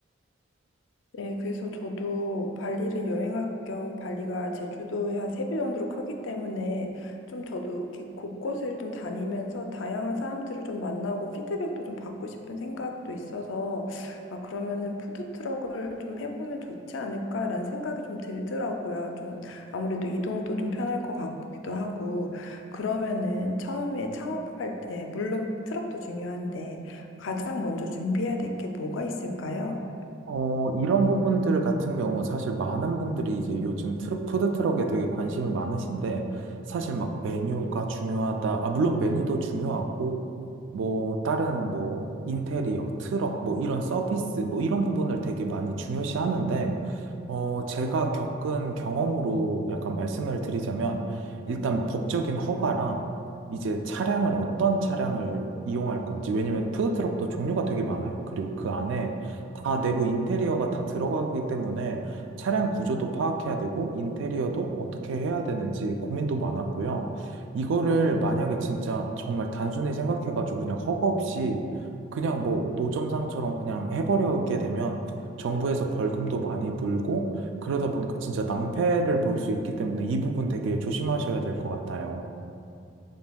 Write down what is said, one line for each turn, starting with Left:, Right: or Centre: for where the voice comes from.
Left: 네, 그래서 저도 발리를 여행할 겸 발리가 제주도의 한 세 배 정도로 크기 때문에 좀 저도 이렇게 곳곳을 좀 다니면서 다양한 사람들을 좀 만나고 피드백도 좀 받고 싶은 생각도 있어서 아, 그러면은 푸드트럭을 좀 해보면 좋지 않을까라는 생각이 좀 들더라고요. 좀 아무래도 이동도 좀 편할 것 같기도 하고 그러면은 처음에 창업할 때 물론 트럭도 중요한데 가장 먼저 준비해야 될 게 뭐가 있을까요?
Right: 어, 이런 부분들 같은 경우 사실 많은 분들이 이제 요즘 트럭, 푸드트럭에 되게 관심이 많으신데 사실 막 메뉴가 중요하다. 아, 물론 메뉴도 중요하고 뭐 다른 뭐 인테리어, 트럭 뭐 이런 서비스 뭐 이런 부분을 되게 많이 중요시 하는데 어, 제가 겪은 경험으로 약간 말씀을 드리자면 일단 법적인 허가랑 이제 차량을 어떤 차량을 이용할 건지 왜냐면 푸드트럭도 종류가 되게 많아요. 그리고 그 안에 다 내부 인테리어가 다 들어가기 때문에 차량 구조도 파악해야 되고 인테리어도 어떻게 해야 되는지 고민도 많았고요. 이거를 만약에 진짜 정말 단순히 생각해가지고 그냥 허가 없이 그냥 뭐 노점상처럼 그냥 해버리게 되면 정부에서 벌금도 많이 물고 그러다 보니까 진짜 낭패를 볼 수 있기 때문에 이 부분 되게 조심하셔야 될 것 같아요.